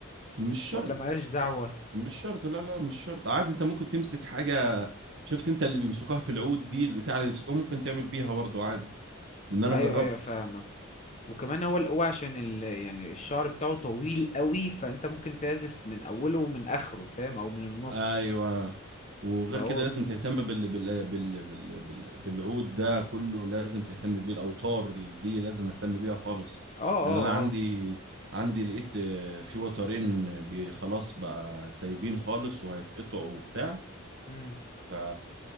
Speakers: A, on the right; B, on the left.
A: مش شرط
B: ولا ملهاش دعوه
A: مش شرط لا لا مش شرط عادي انت ممكن تمسك حاجة شفت انت اللي بيمسكوها في العود دي البتاع اللي بيمسكوها ممكن تعمل بيها برضه عادي لان انا
B: ايوه
A: جربت
B: ايوه فاهمك وكمان هو ال- هو عشان ال... يعني الشعر بتاعه طويل قوي فانت ممكن تعزف من اوله ومن اخره فاهم او من النص
A: ايوه وغير
B: فهو
A: كده
B: اه
A: لازم تهتم بال... بال... بال... بال... بال... بالعود ده كله لازم تهتم بيه الاوتار دي لازم اهتم بيها خالص
B: اه
A: لان
B: اه
A: انا عندي عندي لقيت آه، في وترين بي- خلاص بقى سايبين خالص وهيتقطعوا وبتاع
B: مم.
A: ف